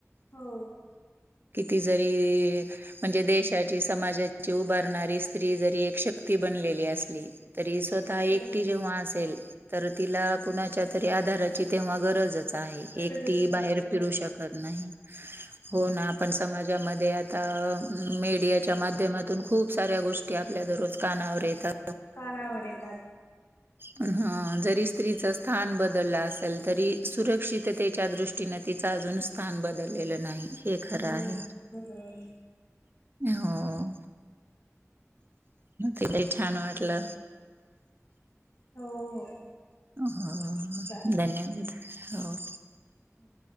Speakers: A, on the left (about 65°); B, on the right (about 40°).
A: हो
B: किती जरी म्हणजे देशाची समाजाची उभारणारी स्त्री जरी एक शक्ती बनलेली असली तरी‌ स्वतः आता एकटी
A: बर
B: जेव्हा असेल तर तिला कुणाच्या तरी आधाराची तेव्हा गरजच-
A: गरजच
B: एकटी
A: पडते
B: बाहेर
A: बर
B: फिरू शकत नाही हो ना आपण समाजामध्ये आता मीडियाच्या माध्यमातुन खुप साऱ्या गोष्टी आपल्या दररोज कानावर येतात
A: कानावर येतात
B: ह <inaudible> हं जरी स्त्रीच स्थान बदलल असेल तरी सुरक्षिततेच्या दृष्टीने तिचा अजुन स्थान बदललेल नाही हे खर
A: हो
B: आहे
A: बरोबर
B: हो ताई छान वाटल
A: हो हो
B: हो
A: चालेल
B: धन्यवाद हो
A: हम